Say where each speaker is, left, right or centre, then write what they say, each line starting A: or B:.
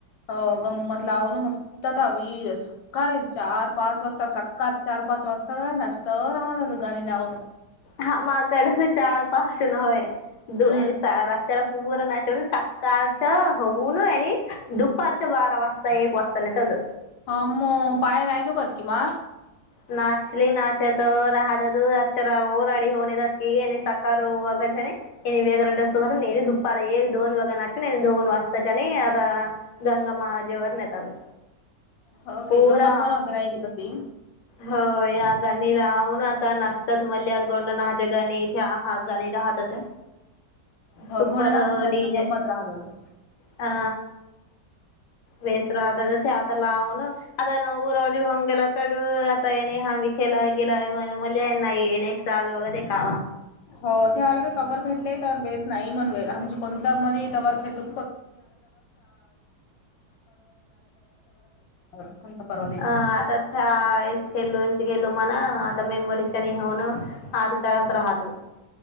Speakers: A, on the left (about 85°); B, on the left (about 70°).
A: हो गंमत लावून मस्त तावीस. खर चार पाच वाजता सकात चार पाच वाजता का नचत राहत गाणी लावून.
B: हा माकड चार पाच न व्हय. दो
A: हम्म
B: आणि रातच्याला पूर नाचवण कालचं होऊन आणि दुपारच्या बारा वाजता एक वाजता नेतात.
A: हा मग पाय राहिलो कत किमा.
B: नाचले नाचत तर राहत तो अचारा ओ राडी होऊन येतात की त्याने सकार हो कशाने. आणि वेगरं ड्रेस घालून याने दुपारे एक दोन वगा नाचून दोन वाजताच्या आणि आता गंगा माजेवर नेतात.
A: होके
B: पूरा
A: गमत म्हणवं नाय ही घेतात ही.
B: हो या गाणी लावून आता नाचतात मल्या गोंड नाहच्या गाणीत. त्या हा गाणे राहतात, सुपर
A: घोडे नाच गाणी
B: डीजे.
A: गंमत राहत होतं.
B: आ. वेस राहत ते आता लावून आता नऊ रोजे होऊन गेले <unintelligible> आतायणी हब केेला गेलाय <unintelligible> चाल वगैरे कावा.
A: हो ते आलं का कवर भेटले तर बेस नाही म्हण आमच्या कोणत्या मध्ये तवर खेलतो. <unintelligible> <unintelligible> पर्वा
B: अं आता या इसकेल्लो इसकेल्लो <unintelligible> राहत.